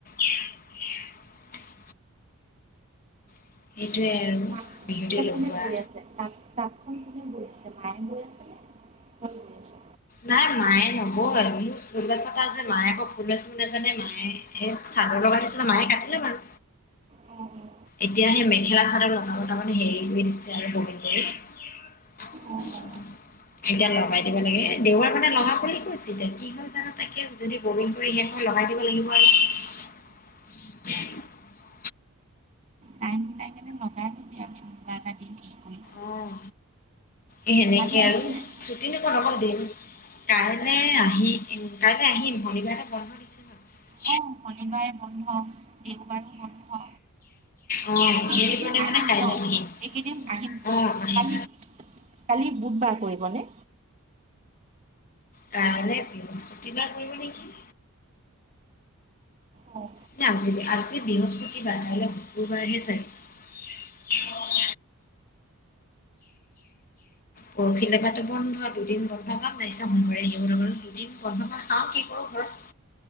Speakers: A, on the left (about 40°); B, on the right (about 35°).
A: <unintelligible> সেইটোৱেই আৰু।
B: মা
A: বিহুতে
B: এতিয়া
A: লগোৱা
B: কোনে বৈ আছে, তাক তাঁতখন কোনে বয় আছে, মায়ে বয় আছে নে তুমি বয় আছে।
A: নাই মায়ে নবয়, বোলো ফুল বাচা এটা আছে, মায়ে আকৌ ফুল বাচিব নাজানে মায়ে। এই চাদৰ লগাই দিছিলে, মায়ে কাটিলে বাৰু।
B: উম'।
A: এতিয়া, সেই মেখেলা চাদৰ লতা লতা মানে হেৰি হৈ দিছে আৰু বমীন কৰি <unintelligible>
B: অ অ অ
A: এতিয়া লগাই দিব লাগে, দেউবাৰ মানে লগাওঁ বুলি কৈছে, এতিয়া কি হয় জানো তাকে যদি বমীন কৰি শেষ হয় লগাই দিব লাগিব আৰু <unintelligible>
B: টাইম মিলাই কেনে লগাই লবি আৰু কোনোবা এটা দিন ঠিক কৰি
A: অহ, এ সেনেকে
B: কালি আহিবি
A: আৰু
B: নাই
A: ছুটিনো কত অকল দেম। কাইলে আহি উম, কাইলে আহিম শনিবাৰে বন্ধ দিছে ন।
B: অ শনিবাৰে বন্ধ, দেওবাৰো বন্ধ।
A: অ সেইটো
B: এইকেইদিন
A: কাৰণে
B: আহিম
A: মানে কাইলে
B: ন'।
A: আহিম
B: এইকেইদিন আহিম,
A: অ আহিম
B: কালি। কালি বুধবাৰ পৰিবনে?
A: কাইলৈ বৃহস্পতিবাৰ পৰিব নেকি?
B: অ
A: এ আজিৰে আজি বৃহস্পতিবাৰ কাইলৈ শুকুৰবাৰহে চাগে। অহ'। পৰশিলে বা টো বন্ধ দুদিন বন্ধ পাম নাই চা মন‌ <unintelligible> দুদিন বন্ধ পাওঁ, চাওঁ কি কৰো। ঘৰত